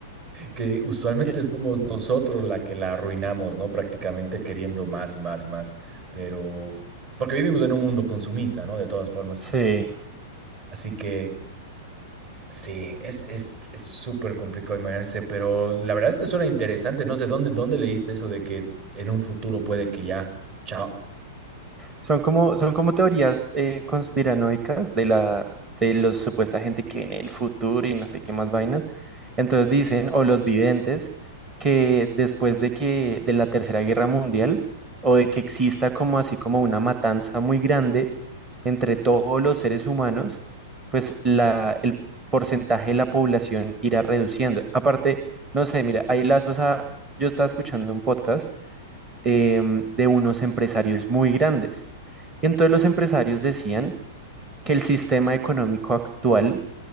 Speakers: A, on the right (about 40°); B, on the right (about 20°).
A: que usualmente
B: Eh,
A: somos nosotros la que la arruinamos, ¿no? Prácticamente queriendo más y más y más, pero porque vivimos en un mundo consumista, ¿no? De todas formas.
B: Sí,
A: Así que sí, es es es súper complicado imaginarse, pero la verdad es que suena interesante. No sé dónde dónde leíste eso de que en un futuro puede que ya, chao.
B: son como, son como teorías eh, conspiranoicas de la, de los supuesta gente que en el futuro y no sé qué más vainas. Entonces dicen, o los videntes, que después de que, de la Tercera Guerra Mundial, o de que exista como así como una matanza muy grande entre todos los seres humanos, pues la, el porcentaje de la población irá reduciendo. Aparte, no sé, mira, ahí las vas a... Yo estaba escuchando un podcast em, de unos empresarios muy grandes. Y entonces los empresarios decían que el sistema económico actual